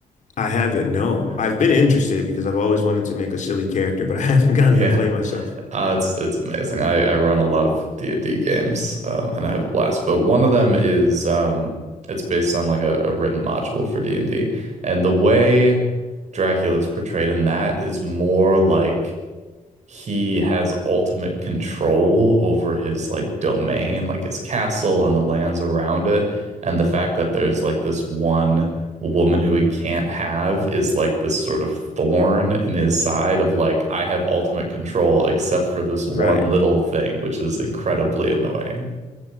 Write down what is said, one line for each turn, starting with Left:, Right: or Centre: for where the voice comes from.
Left: I haven't, no.
Right: Yeah.
Left: I've
Right: man.
Left: been interested because I've always wanted to make a silly character, but <laughs> I haven't gotten
Right: Yeah.
Left: to play myself.
Right: Uh, it's it's amazing. I, I run a lot of D&D games um, and I have a blast. But one of them is um, it's based on like a, a written module for D&D. And D, and the way Dracula is portrayed in that is more like he has ultimate control over his like domain, like his castle and the lands around it. And the fact that there's like this one woman who he can't have is like this sort of thorn in his side of like, I have ultimate control except for this one
Left: Right.
Right: little thing, which is incredibly annoying.